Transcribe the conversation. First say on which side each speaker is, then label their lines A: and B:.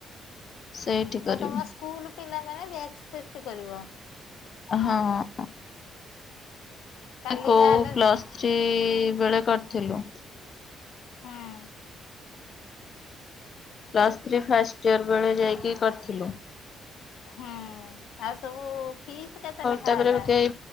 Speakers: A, on the left (about 45°); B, on the left (about 80°).
A: ସେଇଠି
B: ଆଉ
A: କରିବୁ
B: ତମ ସ୍କୁଲ ପିଲାମାନେ ବ୍ୟାଚ ଫିଷ୍ଟ କରିବ?
A: ଓ ହଁ।
B: କାଲି
A: କୋଉ
B: ତାହେଲେ
A: ପ୍ଲସ୍ ଥ୍ରୀ ବେଳେ କରିଥିଲୁ।
B: ହଁ।
A: ପ୍ଲସ୍ ଥ୍ରୀ ଫାଷ୍ଟ ଇଅର ବେଳେ ଯାଇକି କରିଥିଲୁ।
B: ହୁଁ ଆଉ ସବୁ ଫିସ୍ କେତେ ନେଖା
A: ତାପରେ
B: ହେଲା?
A: କେହି